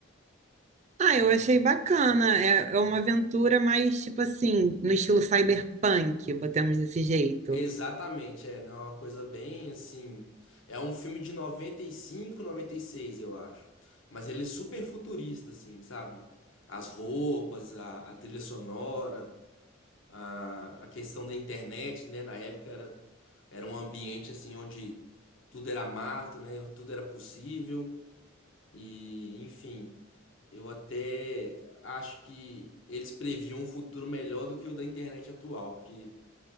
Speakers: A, on the right; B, on the left.
A: Ah, eu achei bacana. É, é uma aventura mais tipo assim, no estilo cyberpunk, botamos desse jeito.
B: Exatamente, é, não, é uma coisa bem assim. É um filme de noventa noventa e cinco noventa e seis eu acho. Mas ele é super futurista, assim, sabe? As roupas, a, a trilha sonora, a, a questão da internet, né? Na época era, era um ambiente assim onde tudo era mato, né? Tudo era possível. E, enfim, eu até acho que eles previam um futuro melhor do que o da internet atual, porque